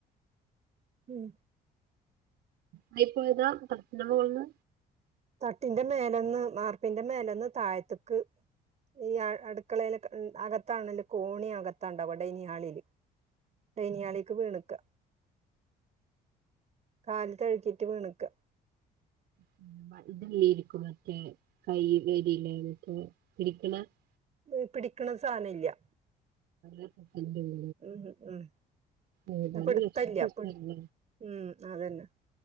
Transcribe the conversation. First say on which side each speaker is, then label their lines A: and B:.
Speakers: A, on the right; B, on the right.
A: ഉം
B: അയ് പോയതാ പട്ത്തിൻ്റെ മോൾന്ന്
A: തട്ടിന്റെ മേലന്ന് മാർപ്പിന്റെ മേലന്ന് തായ്ത്ത്ക്ക് ഈ അടുക്കളയില് അകത്താണല്ല കോണി അകത്താണ്ടാവ ഡൈനിളില് ടൈനിഹാളിക്ക് വീണ്ക്ക കാൽ തഴ്ക്കിറ്റ് വീണ്ക്ക
B: <unintelligible>
A: ബ് പിടിക്ക്ണ സാനല്യേ
B: ആക്കട്ടില്ല
A: ഉം ഉം
B: ഏതാലും
A: പിടുത്തല്ല
B: ലക്ഷപ്പെക്കല്ല
A: പിട് ഉം അതന്നെ